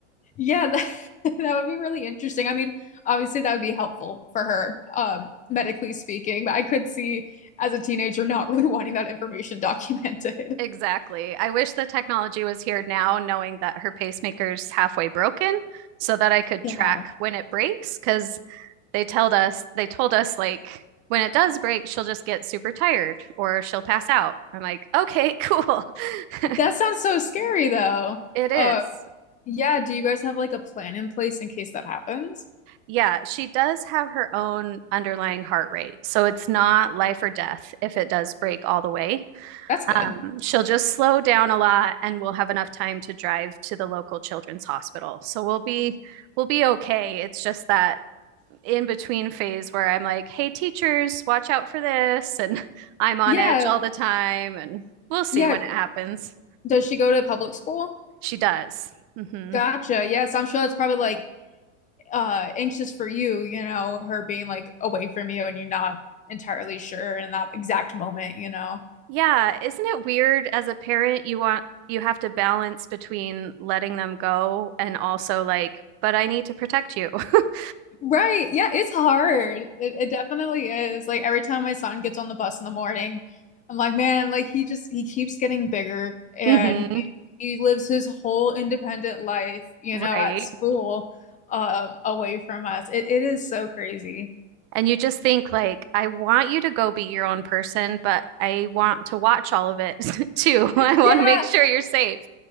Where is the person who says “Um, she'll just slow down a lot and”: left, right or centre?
Right